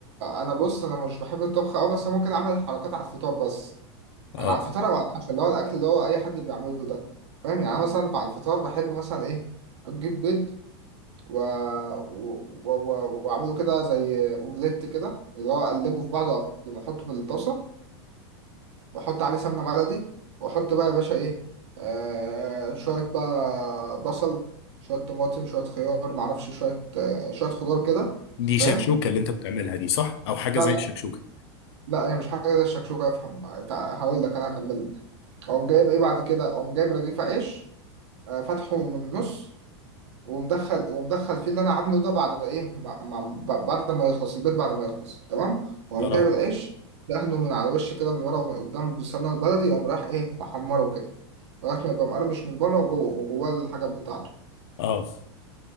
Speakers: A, on the right; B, on the left.
A: انا بص انا مش بحب الطبخ قوي بس ممكن اعمل حركات على الفطار بس
B: اه
A: يعني على الفطار او على العشاء اللي هو الاكل اللي هو اي حد بيعمله ده فاهم يعني انا مثلا على الفطار بحب مثلا ايه اجيب بيض و... و... و... و... واعمله كده زي اومليت كده اللي هو اقلبه في بعضه قبل ما احطه في الطاسة واحط عليه سمنه بلدي واحط بقى يا باشا ايه آه شويه بقى بصل شويه طماطم شويه خيار معرفش شويه آه شويه خضار كده
B: دي
A: فاهم
B: شكشوكة اللي انت بتعملها دي صح او حاجة
A: لا
B: زي
A: لا
B: الشكشوكة
A: لا هي مش حاجه زي الشكشوكه افهم تع- هقول لك انا هكمل اقوم جايب ايه بعد كده اقوم جايب رغيف عيش آه فاتحه من النص ومدخل ومدخل فيه اللي انا عامله ده بعد ايه مع- مع- بعد ما يخلص البيت بعد ما يخلص تمام واقوم
B: اه
A: جايب العيش دهنه من على الوش كده من ورا ومن قدام بالسمنه البلدي واقوم رايح ايه محمره كده لغاية ما يبقى مقرمش من بره وجوه وجواه الحاجات بتاعته
B: اه